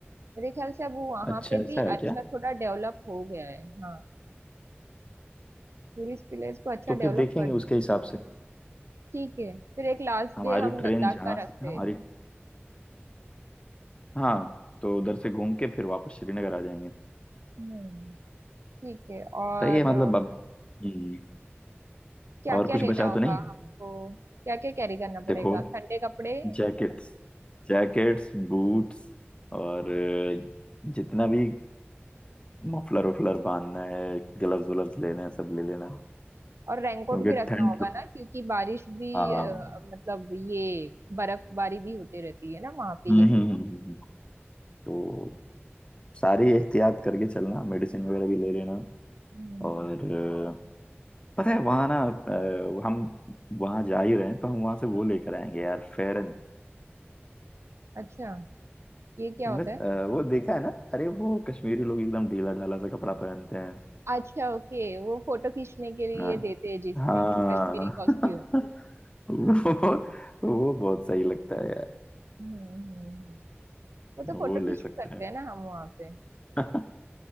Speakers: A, on the right; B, on the left.
A: मेरे ख्याल से अब वो वहां
B: अच्छा
A: पे
B: ऐसा
A: भी
B: है
A: अच्छा
B: क्या
A: थोड़ा डेवलप हो गया है हाँ टूरिस्ट प्लेस को अच्छा
B: तो फिर
A: डेवलप
B: देखेंगे
A: कर दिया
B: उसके हिसाब से
A: ठीक है फिर एक लास्ट
B: हमारी
A: डे हम
B: ट्रेन
A: लद्दाख
B: जहाँ
A: का रखते
B: से हमारी
A: हैं
B: हाँ तो उधर से घूम के फिर वापस श्रीनगर आ जाएंगे
A: हम्म ठीक है और
B: सही है मतलब अब हम्म,
A: क्या
B: और
A: क्या
B: कुछ
A: लेना
B: बचा
A: होगा
B: तो नहीं
A: हमको क्या क्या कैरी करना
B: देखो
A: पड़ेगा ठंडे कपड़े
B: जैकेट्स जैकेट्स बूट्स और अ, जितना भी मफलर उफलर बांधना है ग्लव्स व्लव्स लेने हैं सब ले लेना
A: और रेनकोट
B: क्योंकि
A: भी रखना
B: ठंड
A: होगा ना क्योंकि बारिश भी
B: हाँ
A: अ, मतलब ये बर्फबारी भी होती रहती है ना वहां पे
B: हम्म
A: ये
B: हम्म
A: सीजन
B: हम्म, हम्म, हम्म। तो सारी एहतियात करके चलना मेडिसिन वगैरह भी ले लेना
A: हम्म, हम्म।
B: और अ, पता है वहाँ ना अ, हम वहाँ जा ही रहे हैं तो हम वहाँ से वो लेकर आएंगे यार फेरन
A: अच्छा ये क्या
B: तुमने
A: होता
B: अ,
A: है
B: वो देखा है ना अरे वो कश्मीरी लोग एकदम ढीला ढाला सा कपड़ा पहनते हैं
A: अच्छा ओके वो फोटो खींचने के लिए
B: हाँ
A: देते हैं जिसमें
B: हाँ
A: कश्मीरी कॉस्ट्यूम
B: <laughs> वो वो बहुत सही लगता है यार
A: हम्म, हम्म, हम्म। वो तो
B: वो
A: फोटो खींच
B: ले सकते
A: सकते
B: हैं
A: हैं ना हम वहां पे
B: <laughs>